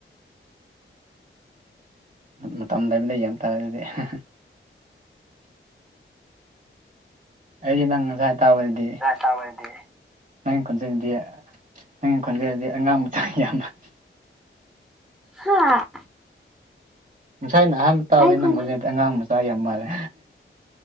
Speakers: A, on the right (about 40°); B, in the centre.
A: ꯃꯇꯝ ꯂꯩꯕꯗ ꯌꯦꯡꯕ ꯇꯥꯔꯦꯅꯦ <unintelligible> ꯑꯩꯗꯤ ꯅꯪ ꯉꯁꯥꯏ ꯇꯕꯗꯤ
B: ꯇꯥꯕꯗꯤ
A: ꯅꯪ ꯈꯣꯟꯖꯦꯟꯗꯤ ꯅꯪꯒꯤ ꯈꯣꯟꯖꯦꯟꯗꯤ ꯑꯉꯥꯡ ꯃꯆꯥꯒꯤ ꯌꯥꯝ ꯃꯥꯜꯂꯦ
B: ꯍꯥꯥ
A: ꯉꯁꯥꯏꯅ ꯑꯍꯥꯟꯕ ꯇꯥꯕꯗꯤ
B: ꯑꯩ ꯈꯨꯟ
A: ꯅꯪ ꯈꯣꯟꯖꯦꯟꯗꯤ ꯑꯉꯥꯡ ꯃꯆꯥꯒꯤ ꯌꯥꯝ ꯃꯥꯜꯂꯦ